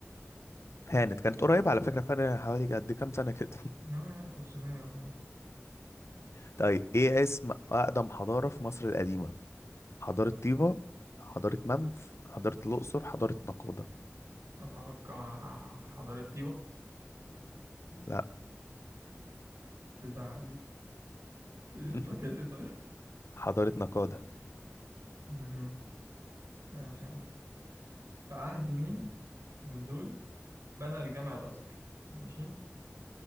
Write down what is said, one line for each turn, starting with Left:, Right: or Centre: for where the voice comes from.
Left: هانت كانت قريبة على فكرة فرق حوالي قد كام سنة كده
Right: اه يعني 500 ولا حاجة
Left: <laughs> طيب ايه اسم أقدم حضارة في مصر القديمة حضارة طيبة حضارة منف حضارة الأقصر حضارة نقادة
Right: أتوقع حضارة طيبة
Left: لا
Right: تزعل دي إيه
Left: <laughs>
Right: طاقتي طيب
Left: حضارة نقادة
Right: مم. ماشي يا عم في عهد مين من دول بنى الجامع الأزهر ماشي